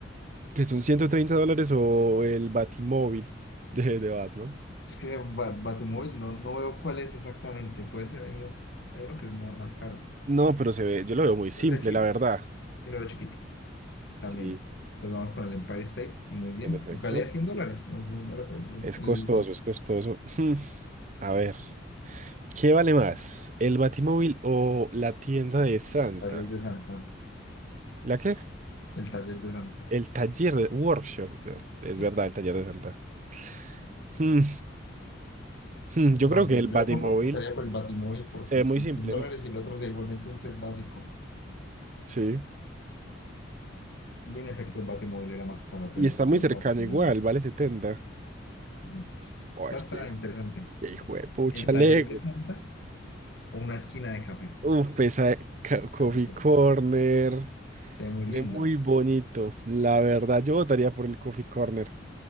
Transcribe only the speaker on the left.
Es que Ba- Batumóvil no, no veo cuál es exactamente, puede ser, hay uno, hay uno que es más, más caro,
pero es chiquito,
yo lo veo chiquito.
También. Nos vamos con el Empire State. Muy bien.
Aunque valía 100 dólares. No es muy barato. El,
el
taller de San Juan.
El taller de San Juan.
Sí.
No,
yo,
yo
tampoco estaría por el Batimóvil porque
si
100 dólares
y el otro sería igualmente un set básico.
Y en efecto el Batimóvil era más caro, apenas
70
dólares.
Mm. Está,
está
interesante.
El taller
de Santa o una esquina de café.
Perfecto.
Se ve
muy lindo.